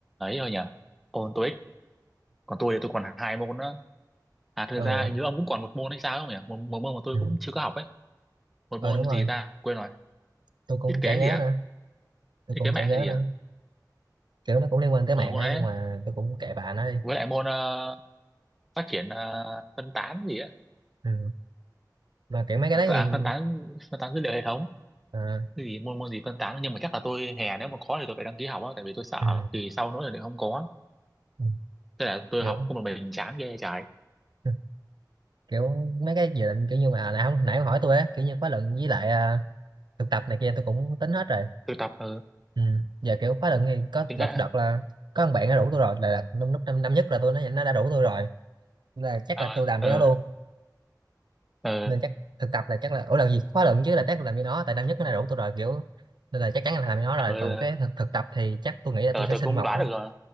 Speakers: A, in the centre; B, on the right.
A: thôi nhỉ ôn TOEIC còn tôi thì tôi còn hai môn nữa à thật
B: ờ
A: ra hình như ông cũng còn một môn hay sao ấy không nhỉ một, một môn mà tôi
B: ừ.
A: cũng chưa có học ấy một
B: ờ
A: môn
B: đúng rồi
A: gì ta quên rồi
B: tôi cũng
A: thiết kế
B: chả nhớ
A: gì à
B: nữa tôi
A: thiết
B: cũng
A: kế mạng
B: chả nhớ
A: hay gì
B: nữa
A: à
B: kiểu nó cũng liên quan tới
A: ừ,
B: mạng
A: môn
B: ấy
A: đấy
B: nhưng
A: ấy.
B: mà tôi cũng kệ bà nó đi
A: với lại môn ờ, phát triển ờ, phân tán gì á
B: ừ. và kiểu mấy cái
A: à,
B: đấy
A: ph-
B: thì
A: à, phân tán phân tán dữ liệu hệ thống
B: à,
A: cái gì môn môn gì phân tán nhưng mà chắc là tôi hè nếu mà có thì tôi phải đăng ký học á tại vì tôi sợ
B: ừ,
A: kỳ sau nữa thì không có
B: ừ,
A: tức là tôi
B: kiểu
A: học không một mình chán ghê trời
B: ừ, kiểu mấy cái dự định kiểu như mà nãy nãy ông hỏi tôi á kiểu như khóa luận với lại à, thực tập này kia tôi cũng tính hết rồi
A: tôi tập ờ
B: ừ. giờ kiểu khóa luận thì có
A: tiếng
B: lật
A: hệ
B: đật là có thằng bạn nó rủ tôi rồi là, là lúc lúc năm, năm nhất là tôi nó nó đã rủ tôi rồi là chắc
A: ờ
B: là tôi làm
A: ờ
B: với nó luôn
A: ờ
B: nên chắc thực tập là chắc là ủa là gì khóa luận chứ là chắc là làm với nó tại năm nhất nó đã rủ tôi rồi kiểu nên là chắc chắn là làm với nó rồi
A: ờ
B: còn cái thực, thực tập thì chắc tôi nghĩ là
A: ờ,
B: tôi sẽ
A: tôi
B: xin
A: cũng
B: mộc
A: đoán
B: á
A: được rồi